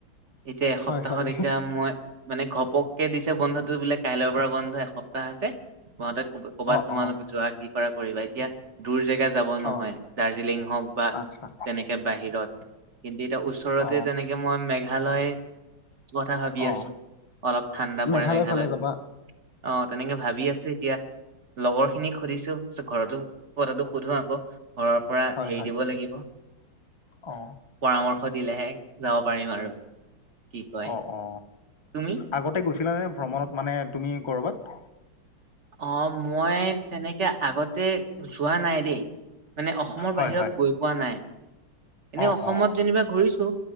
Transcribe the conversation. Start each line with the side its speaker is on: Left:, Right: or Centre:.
Right: এতিয়া এসপ্তাহত
Left: হয় হয়
Right: এতিয়া মই, মানে ঘপককে দিছে বন্ধ টো বোলে কাইলৈৰ পৰা বন্ধ এসপ্তাহ আছে, তহ'তে ক ক'ৰবাত
Left: অ
Right: তোমালোক
Left: অ
Right: যোৱা কি কৰা কৰিবা, এতিয়া দূৰ জেগা যাব নহয়
Left: অ
Right: দাৰ্জিলিং হওঁক বা
Left: আচ্ছা
Right: তেনেকে বাহিৰত, কিন্তু এতিয়া ওচৰতে
Left: অ
Right: তেনেকে মই মেঘালয় কথা ভাবি
Left: অ
Right: আছো, অলপ ঠাণ্ডা পৰে
Left: মেঘালয়
Right: মেঘালয়ত
Left: ফালে যাবা
Right: অ', তেনেকে ভাবি আছো। এতিয়া লগৰ খিনিক সুধিছো, <unintelligible> ঘৰতো কথাটো সুধো আকৌ! ঘৰৰ পৰা
Left: হয়
Right: হেৰি
Left: হয়
Right: দিব লাগিব।
Left: অ
Right: পৰামৰ্শ দিলেহে যাব পাৰিম আৰু, কি কয়।
Left: অ অ
Right: তুমি?
Left: আগতে গৈছিলানে ভ্ৰমণত মানে তুমি কৰ'বাত?
Right: অ' মই তেনেকে আগতে যোৱা নাই দেই, মানে অস অসমৰ
Left: হয়
Right: বাহিৰত
Left: হয়
Right: গৈ পোৱা নাই, এনেই
Left: অ
Right: অসমত
Left: অ
Right: যেনিবা ঘূৰিছো।